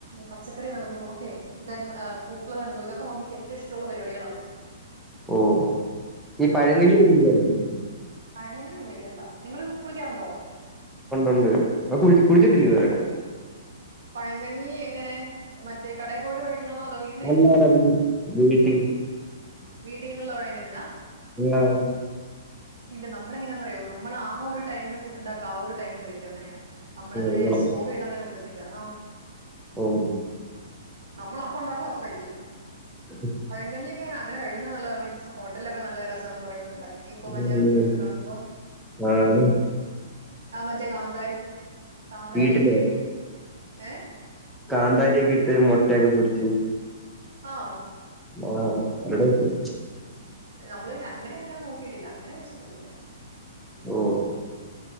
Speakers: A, on the right; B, in the centre.
A: പച്ചക്കറി നടുന്നു ഒക്കെ തൻ പൂക്കള് നടുന്നു ഇതൊക്കെ മമ്മിക്ക് ഏറ്റവും ഇഷ്ടള്ള പരിപാടികളാണ്
B: ഓഹ് ഓഹ് ഈ പഴങ്കഞ്ഞി കുടിക്കാറില്ലെ?
A: പഴങ്കഞ്ഞി ഒന്നുംകുടിക്കാറില്ല നിങ്ങള് കുടിക്കാറുണ്ടോ?
B: ഉണ്ട് ണ്ട് കു കുടിച്ചിട്ടില്ലെ ഇതുവരെ?
A: പഴങ്കഞ്ഞി എങ്ങനെ മറ്റേ കടയിൽ പോയിട്ട് കഴിക്കുന്നതാണോ അതോ വീട്ട
B: അല്ലാല വ് വീട്ടിൽ
A: വീട്ടീന്നുള്ള പഴങ്ങഞ്ഞിയാ
B: ആഹ്
A: ഇല്ല നമ്മളെങ്ങനാന്നറിയോ നമ്മളാ ഒരു ടൈമിന് ഫുഡ് ഉണ്ടാക്ക ആ ഒരുടൈമിന് കഴിക്കും അങ്ങനെയ നമ്മളങ്ങനെ
B: അങ്ങനല്ലേ
A: സ്റ്റോർ ചെയ്ത് അങ്ങനെ വെക്കത്തില്ല ആഹ്
B: ഓഹ്
A: നമ്മള് അപ്പൊ ഉണ്ടാക്കും അപ്പൊ കഴിക്കും
B: ഉം
A: പഴങ്കഞ്ഞിയൊക്കെ അങ്ങനെ കഴിക്കുന്ന നല്ല മീൻസ് ഹോട്ടലൊക്കെ നല്ല രസം എന്ന് പറയുന്നുണ്ടായ് ഇപ്പോ മറ്റേ
B: ഉം
A: റിവ്യൂ ഒക്കെ കാണ്മ്പോ
B: ആഹ് അതെ
A: ആഹ് മറ്റേ കാന്ത കാന്താരി
B: വീട്ടില്
A: ഒക്കെ ആയിരിക്ക ഏഹ്
B: കാന്താരിയൊക്കെ ഇട്ട് മുട്ടയൊക്കെ പൊരിച്ച്
A: ആഹ്
B: ആഹ് വിടെ വെക്കും
A: നമ്മളിന്നെ അങ്ങെനങ്ങനെ നോക്കിയിട്ടില്ല അങ്ങനെ കഴിച്ചിട്ടൊന്നുല്ല
B: ഓഹ്